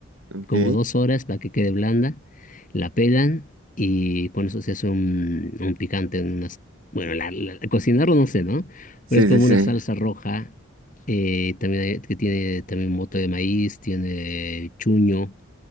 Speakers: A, on the right; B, on the left.
A: Ok.
B: como dos horas para que quede blanda, la pelan y con eso se hace un, un picante, en unas, bueno, la- la- cocinarlo no sé, ¿no?
A: Sí,
B: Pero es como
A: sí, sí.
B: una salsa roja, eh, también hay- que tiene también mote de maíz, tiene chuño.